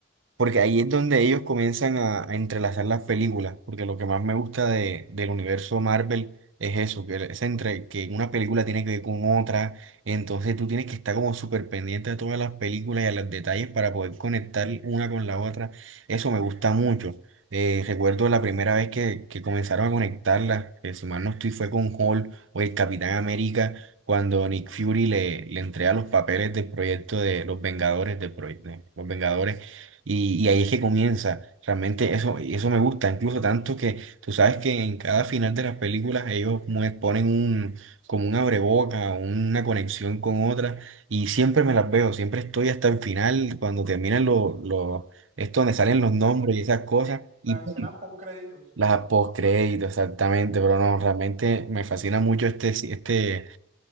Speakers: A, on the right (about 75°); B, on the right (about 40°).
A: porque ahí es donde ellos comienzan a, a entrelazar las películas, porque lo que más me gusta de, del universo Marvel es eso, que, es entre, que una película tiene que ver con otra, entonces tú tienes que estar como súper pendiente de todas las películas y a los detalles para poder conectar una con la otra, eso me gusta mucho. Eh, recuerdo la primera vez que, que comenzaron a conectarlas, que si mal no estoy fue con Hulk o el Capitán América, cuando Nick Fury le, le entrega los papeles del proyecto de los Vengadores, del proyecto, los Vengadores y, y ahí es que comienza. Realmente eso, eso me gusta, incluso tanto que tú sabes que en cada final de las películas ellos mue- ponen un, como un abreboca, una conexión con otra, y siempre me las veo, siempre estoy hasta el final, cuando terminan los, los, esto donde salen los nombres
B: y la-
A: y esas cosas,
B: las
A: y ¡pum!
B: escenas post créditos.
A: las postcréditos, exactamente, pero no, realmente me fascina mucho este, este,